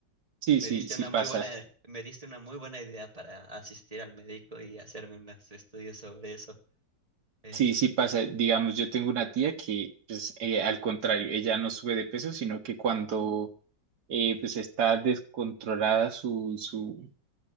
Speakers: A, on the right; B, on the right.
A: Sí,
B: Me
A: sí,
B: diste
A: sí
B: una
A: pasa.
B: muy buena, me diste una muy buena idea para asistir al médico y hacerme unos estudios sobre eso. Este,
A: Sí, sí pasa. Digamos, yo tengo una tía que, pues, eh, al contrario, ella no sube de peso, sino que cuando eh, pues está descontrolada su, su,